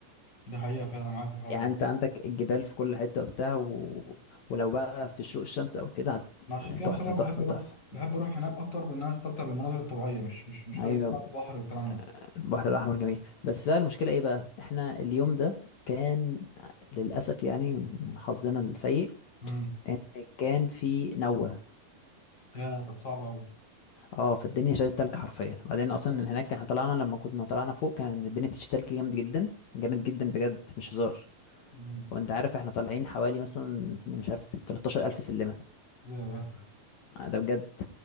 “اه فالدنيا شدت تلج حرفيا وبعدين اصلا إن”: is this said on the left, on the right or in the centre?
Left